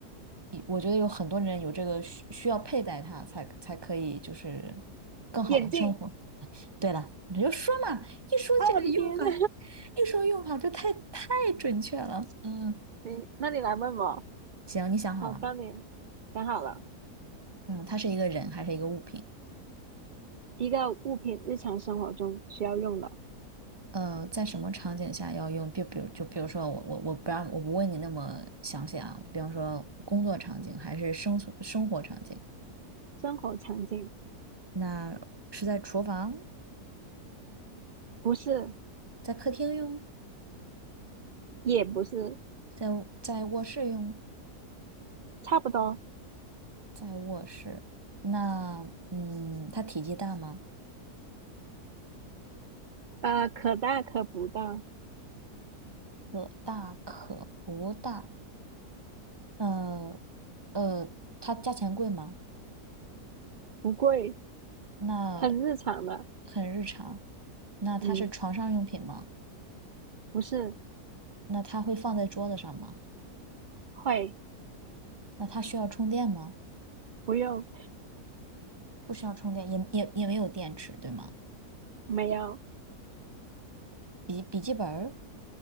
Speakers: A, on the right; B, on the right.
A: 一我觉得有很多人有这个需需要佩戴它才才可以，就是更好的生活。
B: <laughs> 眼镜
A: 对了，你就说嘛，一说这个用法，
B: 啊，我的天呐！
A: 一说用法就太太准确了。嗯，
B: 行，那你来问我。
A: 行，你想好了。
B: 好，当你。想好了，
A: 嗯，它是一个人还是一个物品？
B: 一个物品日常生活中需要用的
A: 呃，在什么场景下要用？比比如，就比如说我我我不让我不问你那么详细啊，比方说工作场景还是生存生活场景？
B: 生活场景，
A: 那是在厨房，
B: 不是，
A: 在客厅用，
B: 也不是，
A: 在在卧室用，
B: 差不多。
A: 在卧室。那嗯，它体积大吗？
B: 呃，可大可不大，
A: 可大可不大。呃呃，它价钱贵吗？
B: 不贵，
A: 那
B: 很日常的。
A: 很日常。那它是床上用品吗？
B: 嗯，不是，
A: 那它会放在桌子上吗？
B: 会，
A: 那它需要充电吗？
B: 不用，
A: 不需要充电，也也也没有电池，对吗？
B: 没有，
A: 笔笔记本儿，